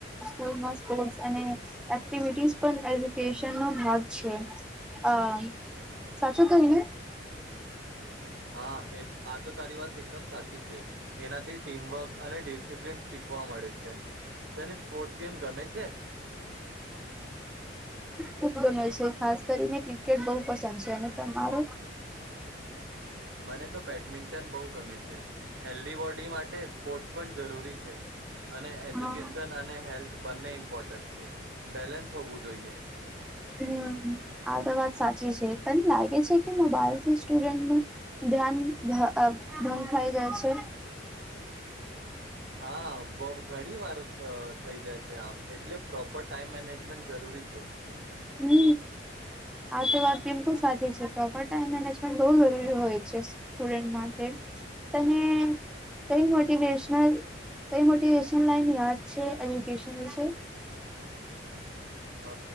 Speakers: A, in the centre; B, on the right.
A: સ્કૂલમાં સ્પોર્ટ્ અને એક્ટિવિટીસ પણ એજ્યુકેશનનો ભાગ છે. હ સાચું કહ્યું ને.
B: હા એ આ તો તારી વાત એકદમ સાચી છે એનાથી ટીમવર્ક અને ડિસિપ્લન શીખવા મળે છે, તને સ્પોર્ટ્સ ગેમ ગમે છે?
A: ખૂબ ગમે છે ખાસ કરીને ક્રિકેટ બહુ પસંદ છે, અને તમારે?
B: મને તો બેડમિન્ટન બહુ ગમે છે, હેલ્ધી બોડી માટે સ્પોર્ટ્સ પણ જરૂરી છે. અને એજ્યુકેશન
A: હા
B: અને હેલ્થ બંને ઇમ્પોર્ટન્ટ છે બેલેન્સ હોવું જોઈએ.
A: હમ. આ તો વાત સાચી છે, તને લાગે છે કે મોબાઈલથી સ્ટુડન્ટ નું, ધ્યાન ભંગ થાય જાય છે?
B: હા બ ઘણી વાર થઈ જાય છે આમ એટલે પ્રોપર ટાઈમ મેનેજમેન્ટ જરૂરી છે.
A: હમ આ તો વાત બિલકુલ સાચી છે પ્રોપર ટાઈમ મેનેજમેન્ટ બહુ જરૂરી હોય છે સ્ટુડન્ટ માટે, તને કઈ મોટેશનલ કઈ મોટિવેશન લાઈન યાદ છે એજ્યુકેશન વિશે?
B: Uh